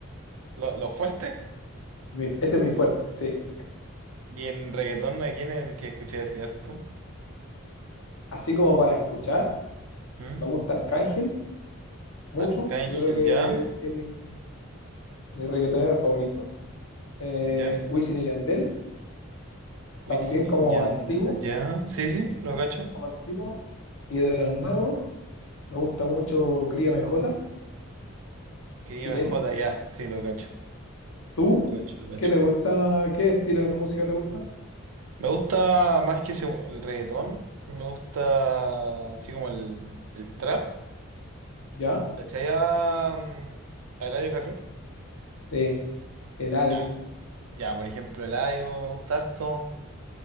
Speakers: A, on the right; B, on the left.
A: los, los fuertes.
B: mi- ese es mi fuerte, sí.
A: Y en reggaetón, aquí en el que escuché decir harto.
B: Así como para escuchar.
A: ¿Mm?
B: Me gusta Arcángel mucho.
A: Arcángel,
B: Yo creo que,
A: ya.
B: que es mi, mi reggaetonero favorito. Eh,
A: ¿Ya?
B: Wisin y Yandel, también
A: Wisin
B: como
A: y Yandel,
B: antiguo,
A: ya. Sí, sí, lo cacho.
B: como antiguo. Y de los nuevos, me gusta mucho Cris MJ,
A: Quería
B: chileno.
A: MJ, ya. Sí, lo cacho.
B: ¿Tú?
A: Lo cacho, lo cacho.
B: ¿Qué te gusta? ¿Qué estilo de música te gusta?
A: Me gusta más que ese- el reggaetón. Me gusta así como el, el trap.
B: ¿Ya?
A: ¿Cachai? A, mm, a Eladio Carrión.
B: Sí, Eladio.
A: Ya. Ya, por ejemplo, Eladio me gusta harto.